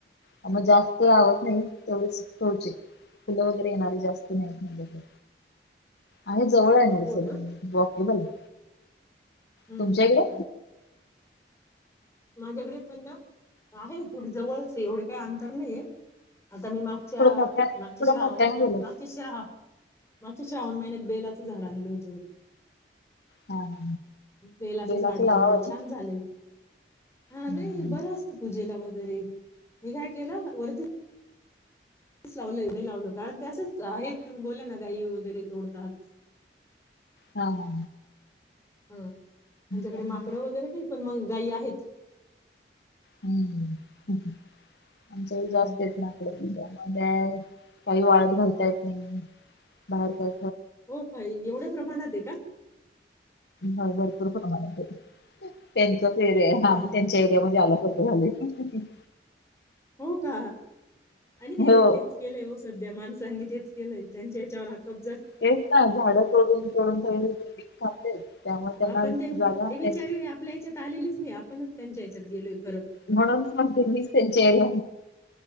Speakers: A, on the left; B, on the left.
A: आ मग जास्त लावत नाही, तेवढच शोचे. फुलं वगैरे येणारे जास्त नाहीत, माझ्याकडं. आहे जवळ आहे, नर्सरी
B: हो ना
A: वॉकेबल आहे.
B: ह ह
A: तुमच्या इकडं
B: ह. माझ्याकडे पण ना आहे, थोडी जवळचं ये एवढे काही अंतर नाहीये आता मी माग च्या
A: थोडं मोठ्या
B: मागचे
A: थोडं
B: श्रावण
A: मोठ्याने बोला
B: होते ना. <unintelligible> मागच्या श्रावण महिन्यात बेलाचं झाडं आणल होत मी.
A: हा हा
B: बेलाचं
A: बेलाच
B: झाड लावलं
A: लावा ना.
B: छान झालयं. हा नाही
A: हम्म.
B: बरं, असतं पूजेला वगैरे मी काय केलं वरती लावल नाही लावलो, कारण ते असंच आहेत
A: हा
B: तुम्ही बोल्या ना गाई वगैरे तोडतात.
A: हा हा.
B: ह आमच्या कडे
A: काय म्हणता
B: माकडं वगैरे नाही, पण मग गायी आहेत.
A: ह ह आमच्या कडे
B: हं
A: जास्त येत ना. मग काय काही वाळत घालता येत नाही, बाहेरचं.
B: हो काय, एवढ्या प्रमाणात आहे का?
A: होय, भरपूर प्रमाणात आहे. त्यांचाच एरिया आहे हा,
B: हं
A: आम्ही त्यांच्या एरियामध्ये आल्या सारखं झालयं.
B: हो का, आणि ते
A: हो
B: तेच केलंय सध्या माणसांनी तेच केलं त्यांच्या याच्यावर हाकप.
A: हेच ना झाडं तोडून तडून सग बिल्डंग थांबले त्यामुळे
B: आपण
A: त्यांना
B: त्यां ते विचार
A: त्यांची
B: आपल्या या्याच्यात आलेलेच नाही आपणच त्यांच्या या्याच्यात गेलो होत.
A: म्हणून म्हणते मी सचरी